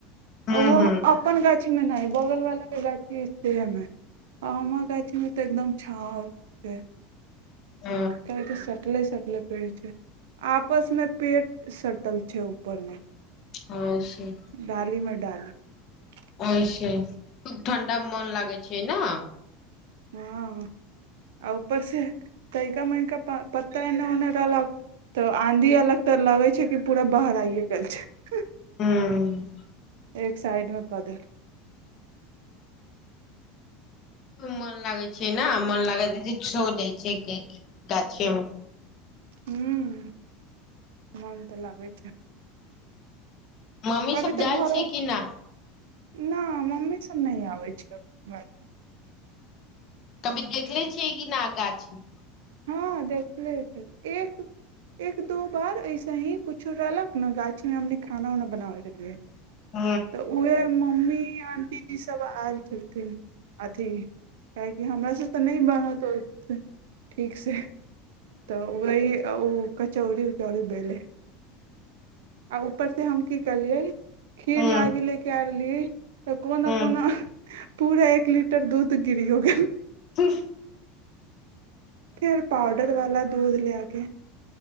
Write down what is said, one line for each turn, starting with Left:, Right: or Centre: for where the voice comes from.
Left: ह ह
Right: ओहो
Left: ह
Right: अपन गाछी मे नइ बगल बाला के गाछी अछि तेहै मे आम' गाछी मे त' एकदम छाव छै
Left: ह
Right: कियैकी सटले स लग रहै छै आपस मे पेड़ सटल छै ऊपर मे
Left: हँ छै
Right: डाली <inaudible>
Left: और छै खूब ठण्डा म' मोन लागै छै न
Right: हँ आ उपर से तैका मैका प पत्ता एन्ने ओने रहलो तऽ आँधी एलक तऽ लगय छै कि पूरा बहराइए गेल छै
Left: हँ
Right: एक साइड मे पदल
Left: खूब मन लागै छै न' मन लागे छय की छो दै छै गाछिमे
Right: हूँ मन तऽ लागै छै
Left: मम्मी
Right: अभी
Left: सब
Right: तऽ
Left: जाइ
Right: घरो
Left: छै कि नै
Right: न' मम्मी सब नहि आबै छै घुमे
Left: कभी देखले छियै कि नै गाछी
Right: हँ देखले हेतय एक एक दो बार ऐसे ही कुछो रहलक न गाछमे हमनी खाना उना बनाबैक रहलियै
Left: ह
Right: तऽ उहय मम्मी आंटी जी सब आयल छेलथिन अथी काहे की हमरा से तऽ नहि बनत ओ ते ठीक से तऽ वही ओ कचौड़ी उचौड़री बेले आ ऊपर से हम की कलियै खीर
Left: ह ह
Right: लागी ले के आ रहलियै तऽ कोना
Left: हूं
Right: कोना पूरा एक लीटर दूध गिरियो गेल
Left: हम्म
Right: फेर पाउडर बाला दूध ले आके